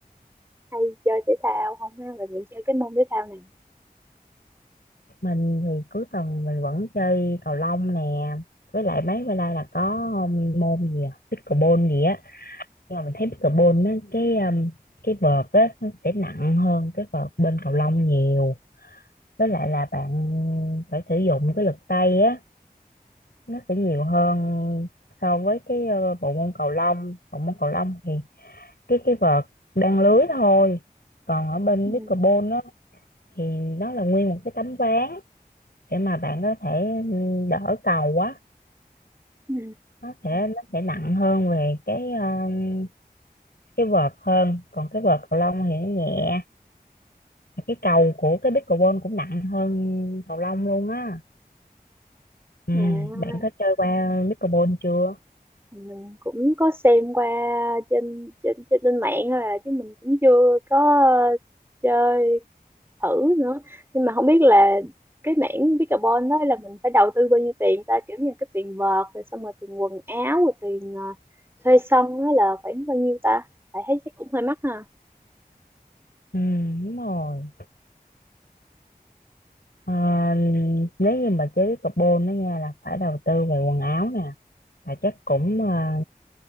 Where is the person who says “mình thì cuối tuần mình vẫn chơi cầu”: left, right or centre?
Left